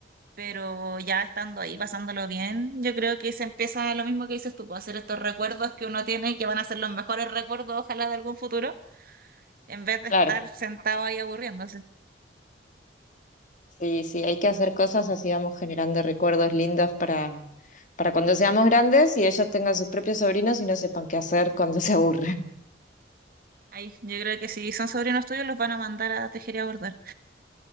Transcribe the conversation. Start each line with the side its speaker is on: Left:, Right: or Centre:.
Right: pero ya estando ahí, pasándolo bien, yo creo que se empieza lo mismo que dices tú, puedo hacer estos recuerdos que uno tiene y que van a ser los mejores recuerdos, ojalá de algún futuro, en vez de
Left: Claro,
Right: estar sentado ahí aburriéndose.
Left: sí, sí, hay que hacer cosas así vamos generando recuerdos lindos para, para cuando seamos grandes y ellos tengan sus propios sobrinos y no sepan qué hacer cuando <laughs> se aburren.
Right: Ahí, yo creo que si son sobrinos tuyos, los van a mandar a tejer y a bordar.